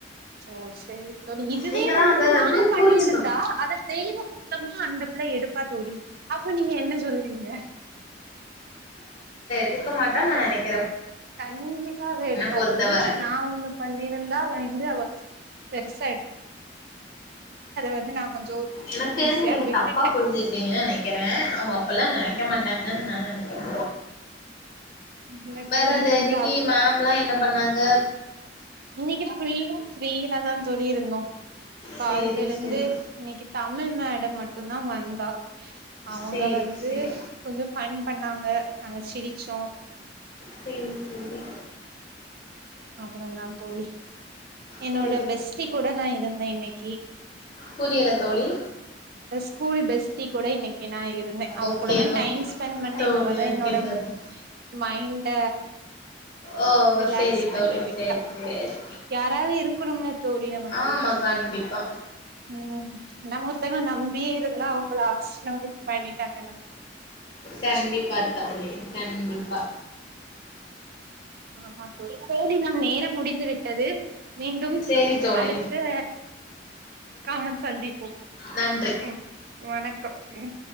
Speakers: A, on the right (about 60°); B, on the left (about 45°).
A: ஓ சேரி தோழி இதுவே
B: நீங்க
A: வந்து
B: தா அத
A: நா பண்ணி
B: புரிஞ்சுக்கணு
A: இருந்தா அத தெய்வ குத்தமே அந்த இல்ல எடுப்பா தோழி அப்போ நீங்க என்ன சொல்வீங்க
B: இருக்கமாட்டா நா நெனைக்
A: கண்டிப்பா அவ எடுப்பா
B: பொறுத்தவர
A: தோழி நா ஒன்னு பண்ணிருந்தா அவ வந்து அவ பெருசு வந்து நா கொஞ்சோ
B: எனக்கு தெரிஞ்சு
A: ஈஸியா
B: நீங்க
A: விட்டுட்டே
B: தப்பா புரிஞ்சிருக்கீங்கன்னு நெனைக்கறே அவுங்க அப்பல்லா நெனைக்க மாட்டாங்கன்னு நா நெனைக்கறே
A: இல்ல
B: வேற
A: தோழி
B: அது
A: நீங்க
B: இன்னிக்கு மேம்லா என்ன பண்ணாங்க
A: இன்னிக்கு ஃபுல்லா ஃப்ரீயா தா தோழி இருந்தோ கால்த்துலந்தே
B: சேரி செரி
A: இன்னிக்கு தமிழ் மேடம் மட்டுந்தா வந்தா அவுங்க
B: சேரி
A: வந்து
B: செரி
A: கொஞ்ச ஃபன் பண்ணாங்க நாங்க சிரிச்சோ
B: சேம் சேமே
A: அவ்ளதா தோழி என்னோட
B: சேரி
A: பெஸ்டி கூட நா இருந்தே இன்னிக்கி
B: புரியல தோழி
A: ஸ்கூல் பெஸ்ட்டி கூட இன்னிக்கி நா இரு பத்தே அவ
B: ஓகே
A: கூட தா
B: ஓகே
A: டைம் ஸ்பெண்ட் பண்ணே
B: தோழி
A: அவ தா
B: ஓகே
A: என்னோட
B: தோழி
A: மைண்ட
B: ஓ
A: ரிலாக்ஸ்
B: சேரி
A: பண்ணி
B: தோழி
A: விட்டா
B: சேரி சேரி
A: யாராது இருக்கணும்ல தோழி நமக்கு
B: ஆமா கண்டிப்பா
A: ம் நம்ம ஒருத்தங்கள நம்பி இருந்தா அவுங்க லாஸ்ட் நமக் பண்ணிட்டாங்கனா
B: கண்டிப்பா தோழி கண்டிப்பா
A: ஆமா தோழி தோழி நம் நேரம் முடி ந்து விட்டது மீண்டும்
B: சேரி தோழி
A: அடுத்த கால் சந்திப்போம்
B: நன்றி
A: ம் வணக்கம் ம்